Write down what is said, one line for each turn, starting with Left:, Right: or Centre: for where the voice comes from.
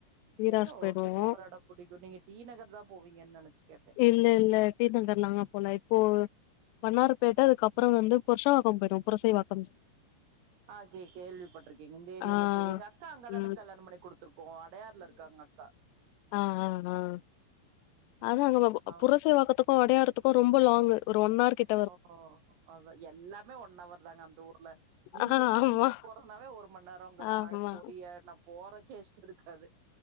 Left: வீராஸ்
Right: செரி ஒவ்வொர்த்தர்க்கு
Left: போயிடுவோ
Right: ஒவ்வொரு எடோ புடிக்கு நீங்க டி நகர் தா போவீங்கன் நெனச்சு கேட்டே
Left: இல்ல
Right: ம்
Left: இல்ல டி நகர் நாங்க போல இப்போ வண்ணார பேட்ட அதுக்கப்றோ வந்து புர்ஷவாக்கோ போய்டுவோ புரசை வாக்
Right: ஆ கே கேள்விப்பட்ருக்கேங்க இந்த ஏரியால்லா
Left: ஆ
Right: கே எங்க அக்கா அங்க தானங்
Left: ம்
Right: கல்யாணம் பண்ணி குடுத் துருக்கோ அடையார்ல இருக்கா எங் அக்கா
Left: ம் ம் ம்
Right: ம்
Left: அதா அங்க பாப்போ அ
Right: அவ
Left: புரசை வாக்கத்துக்கு அடையாறத்துக்கு ரொம்ப லாங்கு ஒரு ஒன் ஆர் கிட்
Right: ஓ ஓ அதா எல்லாமே ஒன் அவர் தாங்க அந்த ஊர்ல இங்கிருந்து
Left: ஆ ஆமா
Right: பீச்சுக் போறதுனாவே ஒரு மண் நேரோங்கறா
Left: ஆமா
Right: பொடிய நா போறக்கே இஷ்டோ இருக்காது